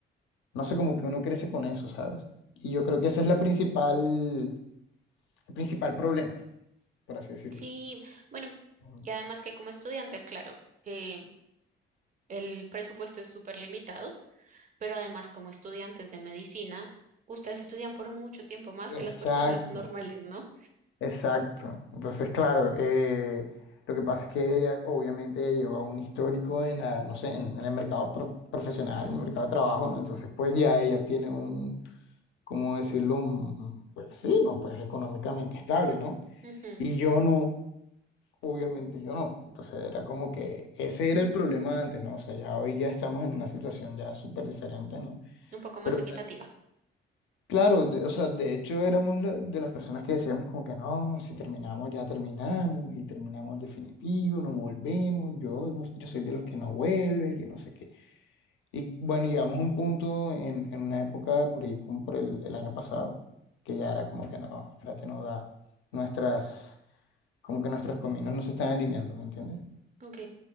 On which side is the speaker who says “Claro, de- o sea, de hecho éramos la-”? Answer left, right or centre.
Left